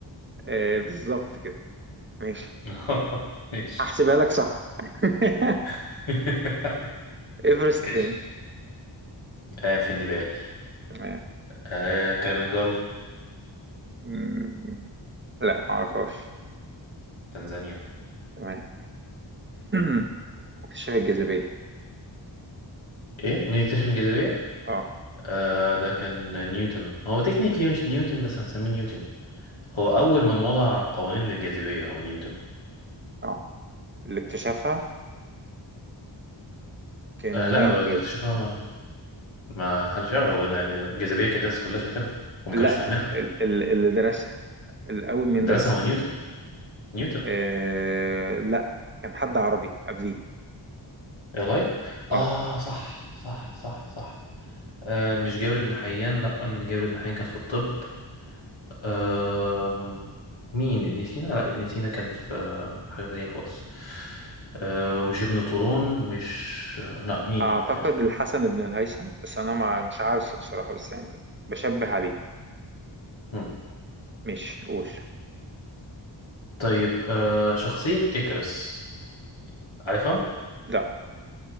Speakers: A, on the right; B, on the left.
A: آه، بالظبط كده ماشي
B: <laughs> ماشي
A: هحسبها لك صح <laughs>
B: <laughs>
A: ايفرست فين
B: ماشي آه في النيبال
A: تمام
B: آه كليمنجارو
A: مم، لا معرفهاش
B: تنزانيا
A: تمام <clears throat> اكتشاف الجاذبية
B: ايه مين اكتشف الجاذبية؟
A: اه
B: آه ده كان نيوتن هو تكنيكلي مش نيوتن بس هنسميه نيوتن هو أول من وضع قوانين للجاذبية هو نيوتن
A: اه اللي اكتشفها كان
B: آه لا
A: مين
B: هو اللي اكتشفها ما ما حدش يعرف هو إنها الجاذبية كانت الناس كلها شايفينها وما
A: لا
B: كانوش فاهمينها
A: ال- ال- اللي درسها الأول من
B: درسها
A: درسها
B: هو نيوتن نيوتن
A: آه لا كان حد عربي قبليه
B: ايه والله
A: اه
B: اه صح صح صح صح آه مش جابر بن حيان لا لان جابر بن حيان كان في الطب آه مين ابن سينا لا ابن سينا كان في آه، حاجة تانية خالص آه مش ابن طولون مش آه، لا مين
A: أعتقد
B: مش عارف
A: الحسن بن الهيثم بس أنا ما مش عارفه بصراحة بس يعني بشبه عليه
B: مم.
A: مش قول
B: طيب آه شخصية إكرس عارفها
A: لا